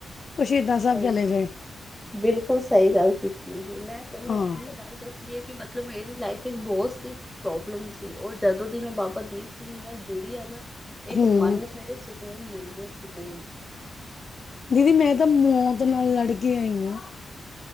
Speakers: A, on the left (about 45°); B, in the centre.
A: ਉਹ ਸ਼ਹੀਦਾਂ
B: ਸਹੀ
A: ਸਾਹਿਬ ਚਲੇ ਗਏ।
B: ਬਿਲਕੁਲ ਸਹੀ ਗੱਲ ਕੀਤੀ, ਮੈਂ ਕਰੂ
A: ਹਾਂ
B: ਆਪਣੀ ਗੱਲ ਦੱਸ ਲਈਏ ਕਿ ਮਤਲਬ ਮੇਰੀ ਲਾਈਫ ਵਿੱਚ ਬਹੁਤ ਸੀ। ਪ੍ਰੋਬਲਮ ਸੀ, ਉਹ ਜਦੋਂ ਦੀ ਮੈਂ ਬਾਬਾ ਦੀਪ ਸਿੰਘ ਜੀ ਨਾਲ ਜੁੜੀ ਆ ਨਾ ਇੱਕ
A: ਹੂੰ
B: ਮਨ ਨੂੰ ਮੇਰੇ ਸਕੂਨ ਮਿਲ ਗਏ ਸਕੂਨ
A: ਦੀਦੀ ਮੈਂ ਤਾਂ ਮੌਤ ਨਾਲ ਲੜਕੇ ਆਈ ਹਾਂ।